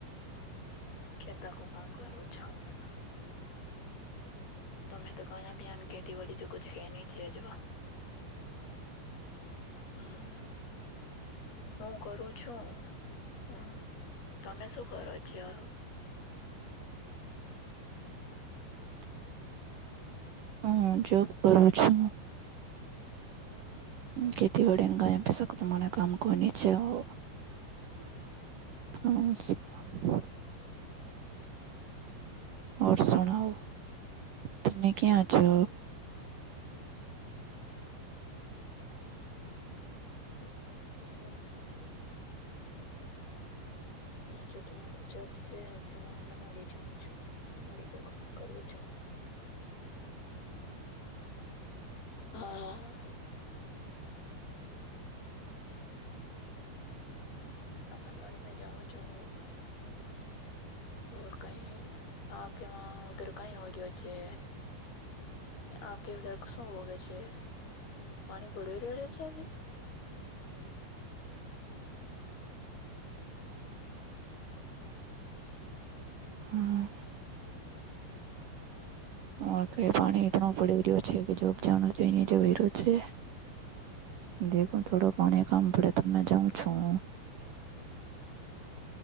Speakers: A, on the left; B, on the right.
A: <inaudible> ખેતા કો કામ કરું છું હનું. તમે તો ગયા બીન ખેતીવાડી તો હેની છે જોવા હમમ. હું કરું છું. હમમ તમે શું કરો છો?
B: <inaudible> હા જોબ કરું છો? ખેતીવાડી ને ગયા ભી શકો તો મને કામ કો છે હો. <inaudible> ઔર સુનાઓ. તમે ક્યાં છો?
A: હમમ. <unintelligible> હા છોટી મોટી જોબ છે તે આંગણવાડી જાઉ છુ. મારે કો કામ કરવું છે. હા. આંગણવાડીમાં જાઉં છું. ઔર કય આપ કે વહા ઉધર કાય ઓયો છે? આપ કે ઉધર શું હોવે છે. પાણી ભળી રહેલા છે હવી?
B: હમમ. આ વખતે પાણી એટલો પડી રહ્યો છે કે જો જાણ જો રહ્યો છે. દેખો થોડું પાણી કામ પડે તો મેં જાઉં છું.